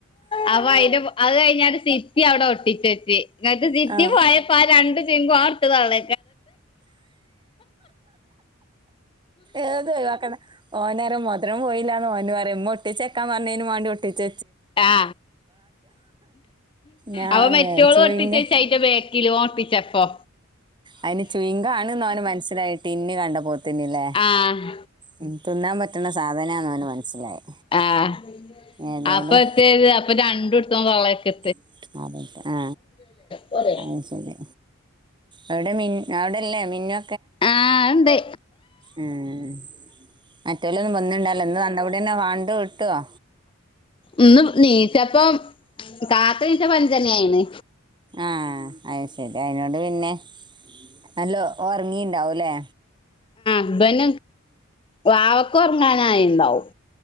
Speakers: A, on the left; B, on the right.
A: അപ്പ അതിന്റെ അത് ഞ ഒരു സിറ്റി അവിടെ ഒട്ടി വെച്ച് ഇങ്ങ് സിറ്റി
B: ആഹ്
A: പോയപ്പോ ആ രണ്ട് ചിമ്പ് ഓർത്ത തള്ള
B: ഏത് ഒഴിവാക്കുന്ന ഓന്നേരം മത ഇത്ര പോയില്ലോന്ന് പറഉമ്മ ഒട്ടിച്ചെക്കാൻ പറഞ്ഞതിന് വേണ്ടി ഒട്ടിച്ച
A: ആ
B: ഞാന്
A: അപ്പ മെറ്റോള്
B: ചുയിങ്
A: ഒട്ടിച്ചു വെച് അതിന്റെ ബാക്ക് ഓർപ്പിച്ചപ്പോ
B: അതിന് ചുയിങ്കം ആണ് എന്ന് അവന് മനസ്സിലായി ടിന്ന് കണ്ടപോ ത്തന്നില്ലേ
A: ആഹ്
B: ഉ തിന്നാൻ പറ്റുന്ന സാധനാെന്ന് അവന് മനസ്സിലായി
A: ആഹ്
B: ഏതായാലും
A: അപ്പൊ എത് അപ്പൊ രണ്ടിടത് വളക്കെ
B: <unintelligible> ആ ആ
A: പോരെ
B: അത് ശരി അവിടെ മി അവിടെല്ലേ മിന്നു
A: ആ ഉണ്ട്
B: ഉം മറ്റല്ല ഒന്നും വന്നണ്ടാലോ ഇന്ന് നന്നപടന്നെ വാണ്ട ഇട്ടുവോ
A: ഒന്ന് നീച്ചപ്പ കാത്ത നീച്ച അഞ്ജണി ആയിണ്
B: ആഹ് അത് ശരി അതിനോണ്ട് പിന്നെ നല്ല ഉറങ്ങിണ്ടാവല്ലേ
A: അബന വാവക്ക് ഉറങ്ങാനായി ഉണ്ടാവും